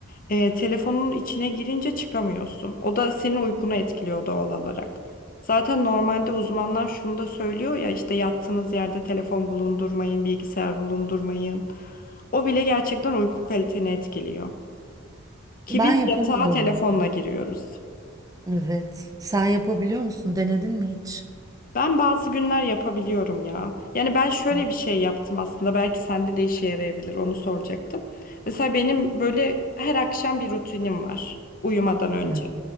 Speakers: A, on the left (about 40°); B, on the right (about 15°).
A: e, telefonun içine girince çıkamıyorsun. O da senin uykunu etkiliyor doğal olarak. Zaten normalde uzmanlar şunu da söylüyor ya işte yattığınız yerde telefon bulundurmayın, bilgisayar bulundurmayın. O bile gerçekten uyku kaliteni etkiliyor. Ki
B: Ben
A: biz
B: yapamıyorum.
A: yatağa telefonla giriyoruz.
B: Evet. Sen yapabiliyor musun? Denedin mi hiç?
A: Ben bazı günler yapabiliyorum ya. Yani ben şöyle
B: Hı
A: bir şey yaptım aslında. Belki sende de işe yarayabilir. Onu soracaktım. Mesela benim böyle her akşam bir rutinim var uyumadan önce.
B: hı.